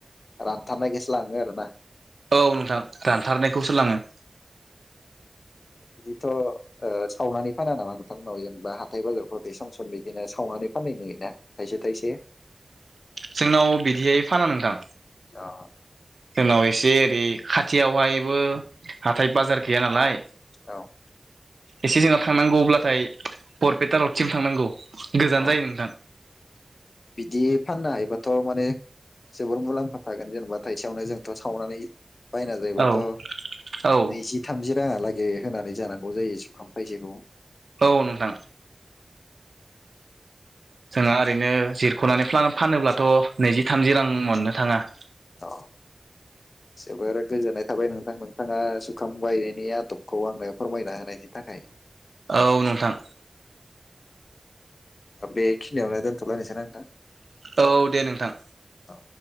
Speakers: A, on the left (about 80°); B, on the right (about 85°).
A: रानथारनायखौ लाङो आरोना
B: औ नोंथां रानथारनायखौसो लाङो
A: बिदिथ' सावनानै फाना नामा नोंथांमोनाव जेनेबा हाथाय बाजारफोरावदि सम सम बिदिनो सावनानै फाननाय नुयोना थाइसे थाइसे
B: जोंनाव बिदिहाय फाना नोंथां
A: अ
B: जोंनाव एसे ओरै खाथियावहायबो हाथाइ बाजार। गैया नालाय
A: औ
B: एसे जोंनाव थांनांगौ अब्लाथाय बरपेटा रडसिम थांनांगौ गोजान
A: अ
B: जायो नोंथां
A: बिदि फाननो हायोबा थ' माने जोबोर मुलाम्फा थागोन जेनेबा थाइसेयावनो जोंथ' सावनानै बायना जायोबाथ'
B: औ औ
A: नैजि थामजि राङा लागै होनानै जानांगौ जायो जुंखाम थाइसेखौ
B: औ नोंथां जोंहा ओरैनो जिरख'नानै फ्ला फानोब्लाथ' नैजि थामजि रां मोननो थाङा
A: औ जोबोर गोजोननाय थाबाय नोंथां नोंथाङा जुंखाम बायनायनि आदबखौ आंनो फोरमायना होनायनि। थाखाय।
B: औ नोंथां।
A: बेखिनियावनो दोनथ'लायनोसै ना नोंथां
B: औ दे नोंथां।
A: औ।